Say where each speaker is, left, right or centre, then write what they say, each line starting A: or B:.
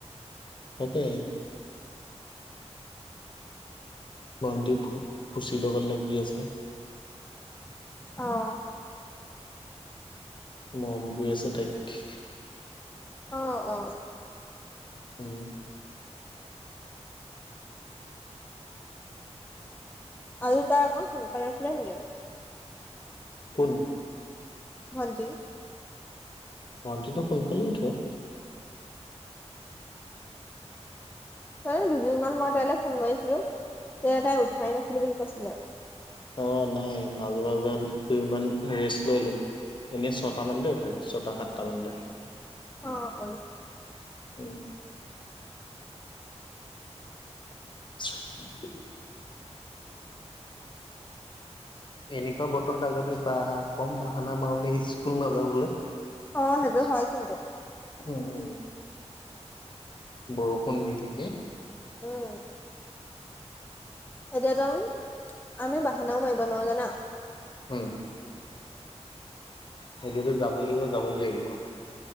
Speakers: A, on the left; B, on the left.
A: তাকে। ভণ্টি ফুচিৰ লগত লাগি আছে।
B: অ'।
A: মৰম কৰি আছে তাইক।
B: অ', অ'।
A: উম।
B: আজি তাইপ সকছিললে নে।
A: কন।
B: হজি।
A: ভুৱটীটো সোনকালে উঠে।
B: হয় দুদিনমান মই তাইলৈ ফোন মাৰিছিলো তে তাই উঠাই নাছিলি বুলি কৈছিলে।
A: অ নাই মাজে মাজত দুই ইমান ৰেষ্ট লৈ লো। এনেই ছটা মানতে উঠে ছয়টা সাতটা মানতে।
B: অ অ।
A: উম। । এনেকুৱা বতৰত আগতে বাহ। কম বাহানা মাৰনি স্কুল নাযাবলৈ।
B: অ সেইটো হয় কিন্তু
A: উম বৰষুণ দি থ।
B: উম এনে। আমি বাহানাও মাৰিব নোৱাৰো না।
A: হম। সেইটোয়ো যাব লাগিব যাবই লাগিব।